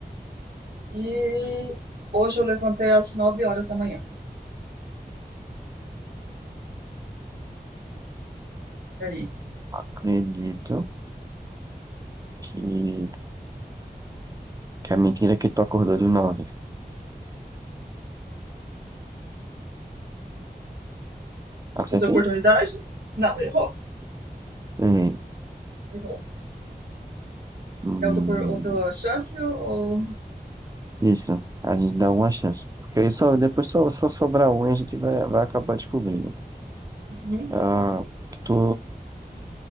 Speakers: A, on the right; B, on the right.
A: e hoje eu levantei às 9 horas da manhã. E aí?
B: Acredito que, que a mentira que tu acordou de 9. Acertei?
A: Outra oportunidade? Não, errou.
B: É,
A: Errou.
B: hum,
A: É outra, por- outra chance ou.
B: isso, a gente dá uma chance. Porque aí só, depois só, só sobrar um e a gente vai, vai acabar descobrindo.
A: Uhum.
B: Ah, tu,